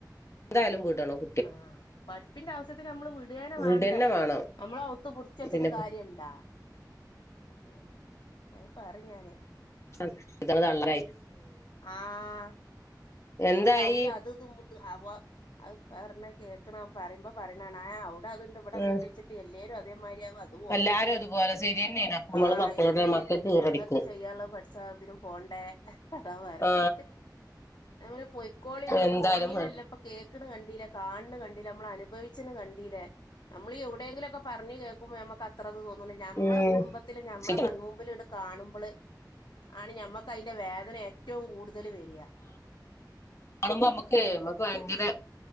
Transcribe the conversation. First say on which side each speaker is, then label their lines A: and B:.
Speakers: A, on the left; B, on the left.
A: എന്തായാലും വിടണോം
B: ആഹ് പഠിപ്പിന്റെ ആവശ്യത്തിന് നമ്മള് വി കുടിയേന
A: വിടന്നെ
B: വേണ്ടേ
A: വേണം
B: നമ്മള് ഒത്ത് പുടിച്ചെച്ചിട്ട്
A: പിന്നെ
B: കാര്യണ്ടാ ഉം അത് പറേം ഞാന്
A: <unintelligible>
B: ആഹ്
A: ഉം
B: ഞാൻ
A: എന്തായി
B: പറയാ ഔടി അത് ഇത് അത് <unintelligible> പറഞ്ഞ കേക്കണ പറയുമ്പോ പറയണ ഇവിടെ അത്ണ്ട് ഇവടെ ഇത്ണ്ട്ച്ച്ട്ട്
A: ഉം
B: എല്ലാരും അതേ മാരിയാവോ
A: എല്ലാരും
B: ഓരോത്തില്
A: അതുപോലെ ശരിയന്നെയാണ് അപ്പൊ നമ്മള്
B: ആഹ്
A: മക്കളോട്
B: എന്ന് കരുതിട്ട്
A: മക്കൾക്ക് ഈറടിക്കും
B: ഞങ്ങൾക്ക് ചെയ്യാന്ള്ളത് പഠ <unintelligible> തിനും പോണ്ടേ അതാ പറയാ
A: ആ
B: ഞാൻ പറയിം പോയിക്കോളി ഇങ്ങള്
A: എന്തായാലും
B: പോണേനല്ലപ്പ കേക്കണ കണ്ടീലേ കാണണ കണ്ടീലേ നമ്മള അനുഭവിച്ചണ കണ്ടീലേ നമ്മളീ എവിടേങ്കിലൊക്കെ പറഞ് കേക്കുമ്പോ നമ്മക്ക് അത്രത് തോന്നൂല ഞമ്മളെ
A: ഉം
B: കുടുംബത്തില് ഞ്ഞമ്മളെ
A: ശരിയാണ്
B: കൺമുമ്പിലിണ്ട് കാണുമ്പള് ആണ് ഞമ്മക്ക് അയിന്റെ വേദന ഏറ്റവും കൂടുതലവര
A: കാണുമ്പൊ നമ്മക്ക് നമുക്ക് ഭയങ്കര